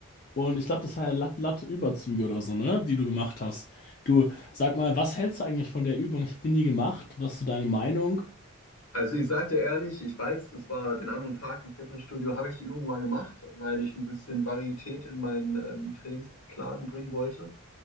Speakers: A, on the left; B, on the left.
A: Und ich glaube, das war ja Lat Latte-Überzüge oder so, ne, die du gemacht hast. Du, sag mal, was hältst du eigentlich von der Übung? Ich habe die nie gemacht. Was ist so deine Meinung?
B: Also ich sag dir ehrlich, ich weiß, das war den anderen Tag im Fitnessstudio, habe ich die Übung mal gemacht, weil ich ein bisschen Varietät in meinen ähm, Trainingsplan bringen wollte.